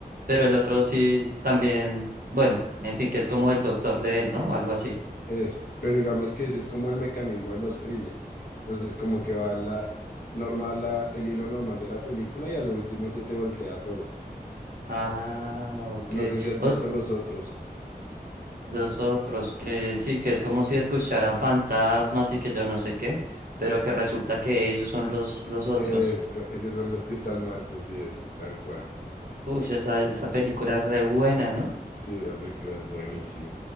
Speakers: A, on the right; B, on the left.
A: pero el otro sí también, bueno, en fin, que es como el doctor de él, ¿no? O algo así.
B: Eso, pero digamos que ese es como el mecanismo de los thrillers. Entonces como que va la normal, la, el hilo normal de la película y a lo último se te voltea todo.
A: Ah, ok.
B: O No sé si has
A: Os-
B: visto los otros.
A: los otros que sí, que es como si escucharan fantasmas y que yo no sé qué, pero que resulta que ellos son los, los otros.
B: Es co- ellos son los que están muertos, sí, es tal cual.
A: Uy, esa, esa película es re buena, ¿no?
B: Sí, esa película es buenísima.